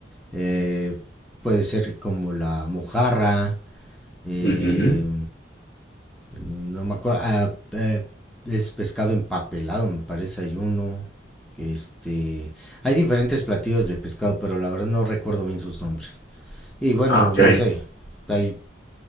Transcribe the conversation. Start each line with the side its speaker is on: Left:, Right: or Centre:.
Centre: Eh, puede ser como la mojarra, eh,
Left: Ujú.
Centre: no me acuerdo, ah, eh, es pescado empapelado, me parece, hay uno. que Este, hay diferentes platillos de pescado, pero la verdad no recuerdo bien sus nombres. Y bueno,
Left: Ah, Ok,
Centre: no sé, hay